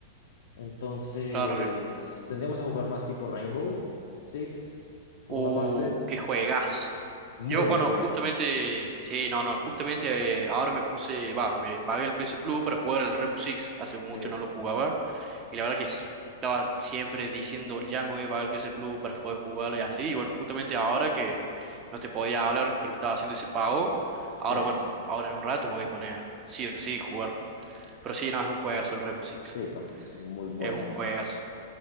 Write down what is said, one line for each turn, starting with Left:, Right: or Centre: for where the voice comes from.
Left: entonces
Right: Claro que.
Left: tendíamos a jugar más tipo Rainbow Six, por
Right: Uh,
Left: una parte.
Right: qué juegazo.
Left: Muy
Right: Yo, bueno,
Left: buena,
Right: justamente, sí, no, no, justamente eh, ahora me puse, va, me pagué el PS Plus para jugar el Rainbow Six. Hace mucho
Left: sí,
Right: no lo jugaba. Y la verdad que s- estaba siempre diciendo, ya me voy a pagar el PS Plus para poder jugarlo y así. Y bueno, justamente ahora que no te podía hablar porque estaba haciendo ese pago, ahora,
Left: sí,
Right: bueno, ahora en un rato me voy a poner, sí o sí, jugarlo. Pero sí, no, es un juegazo el Rainbow Six.
Left: sí, no, es muy bueno.
Right: Es un juegazo.